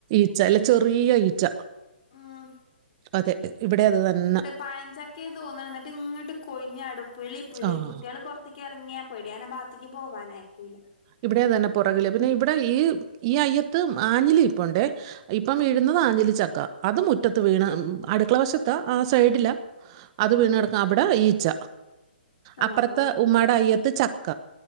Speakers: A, on the right (about 30°); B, on the left (about 50°).
A: ഈച്ച ല്ല ചെറിയ ഈച്ച
B: ഉം
A: അതെ ഇവിടേം അത് തന്ന
B: പഴഞ്ചക്കേ തോന്നണ് ന്നിട്ട് ഇങ്ങോട്ട് കൊഴിഞ്ഞാടും പിള്ളിപ്പിളീം
A: ആ
B: കുട്ടികള് പൊറ ത്തേക്ക് എറങ്ങിയാ പേടിയാനാ ഭാഗത്തേക്ക് പോകാനയക്കൂല
A: ഇവിടെ അതന്നെ പൊറകില് പിന്നെ ഇവിടെ ഈ ഈ അയ്യത്ത് ആഞ്ഞിലിപ്പോണ്ടേ ഇപ്പം
B: ഉം
A: വീഴുന്നത് ആഞ്ഞിലിച്ചക്ക അത് മുറ്റത്ത് വീണ് അടുക്കള വശത്തെ ആഹ് സൈഡിലാ അത് വീണെടക്കാ
B: ഉം
A: അവിടെ ഈച്ച അപ്പറത്തെ
B: ആ
A: ഉമ്മാടെ അയ്യത്ത് ചക്ക.